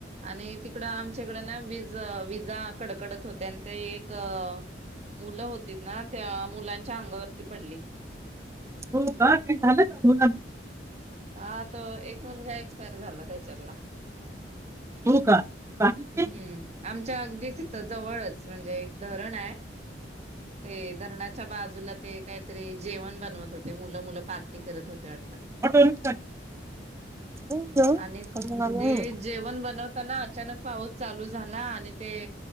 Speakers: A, on the right; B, on the right.
A: आणि तिकड आमच्याकड ना विज विजा... कडकडत होत्या आणि ते एक.... मुलं होतीत ना त्या मुलांच्या अंगावरती पडली.
B: हो का काय झालं का मुलांना
A: हा तो एक मुलगा एक्सपायर झाला. त्याच्यातला.
B: हो का बाकीचे?
A: हम्म आमच्या अगदी तिथं जवळच म्हणजे एक धरण आहे. ते धरणाच्या बाजू.. बाजूला ते काहीतरी जेवण बनवत होते मुलं मुलं पार्टी करत होते वाटत.
B: ऑटो हा
A: आणि ते जेवण बनवताना अचानक पाऊस... चालू झाला आणि ते